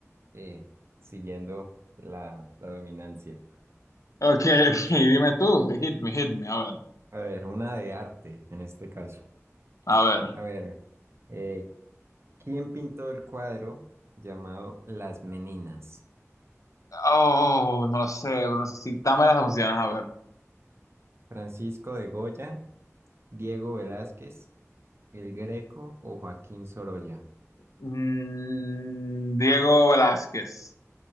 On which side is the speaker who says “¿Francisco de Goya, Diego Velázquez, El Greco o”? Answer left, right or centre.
Right